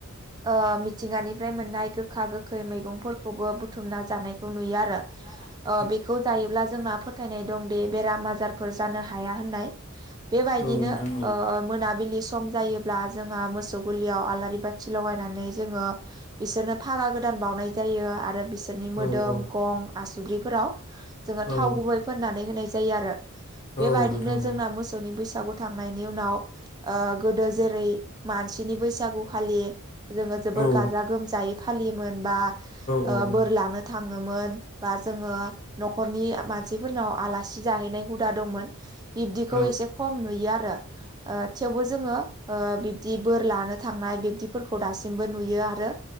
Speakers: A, on the right; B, on the left.
A: ओ मिथिंगानिफ्राय मोननाय गोखा गोखै मैगंफोरखौबो बुथुमना जानायखौ नुयो आरो।
B: बारा
A: अ बेखौ जायोब्ला जोंना फोथायनाय दं दे बेराम आजारफोर जानो हाया होननाय बे बायदि
B: औ
A: नो
B: नोंथां
A: ओ मोनाबिलि सम सम जायोब्ला जोंहा मोसौ गुलियाव आलारि बाथि लगायनानै जोङो बिसोरनो फागा गोदान बावनाय जायो आरो बि बिसोरनि मोदोम
B: औ औ
A: गं आसुब्रिफोराव जोङो
B: औ
A: थाव गुबै फोननानै होनाय जायो आरो। बेबायदिनो
B: औ नोंथां औ
A: जोंना मोसौनि बैसागु थांनायनि उनाव ओ गोदो जेरै मानसिनि बैसागु खालि। जोङो जोबोर
B: औ
A: गाजा गोमजायै फालियोमोन बा
B: बा
A: ओ
B: जोङो
A: बोर लानो थाङोमोन बा जोङो न'खरनि मानसिफोरनाव आलासि जाहैनाय हुदा दंमोन। बिब्दिखौ
B: बेखौ खम नुयो आरो ओ थेवबो जोङो खायसे न'खरफोराव
A: एसे खम नुयो आरो। ओ थेवबो जोङो ओ बिब्दि बोर लानो थांनाय बिब्दिफोरखौ दासिमबो नुयो आरो।